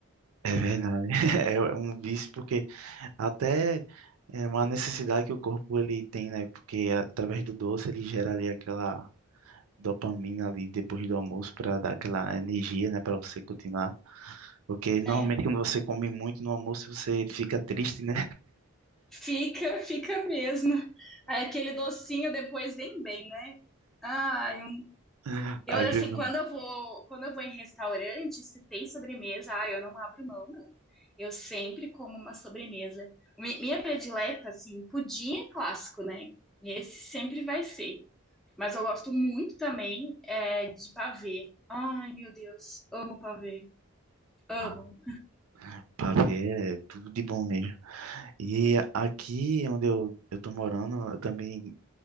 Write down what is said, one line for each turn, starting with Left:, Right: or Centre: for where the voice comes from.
Right: É verdade, <laughs> é um vício porque até é uma necessidade que o corpo ele tem, né? Porque a- através do doce ele gera ali aquela dopamina ali depois do almoço para dar aquela energia, né, para você continuar. Porque normalmente
Centre: É,
Right: quando você come muito no almoço você fica triste, né?
Centre: fica, <laughs> fica mesmo. Aquele docinho depois vem bem, né? Ai, um-
Right: <laughs>
Centre: eu assim,
Right: Ajuda
Centre: quando eu vou, quando eu vou em restaurante, se tem sobremesa, ai, eu não abro mão, não. Eu sempre como uma sobremesa. Mi- Minha predileta, assim, pudim é clássico, né? Esse sempre vai ser. Mas eu gosto muito também é, de pavê. Ai, meu Deus, amo pavê. Amo.
Right: Ah, pavê é tudo de bom mesmo. E aqui onde eu, eu tô morando, eu também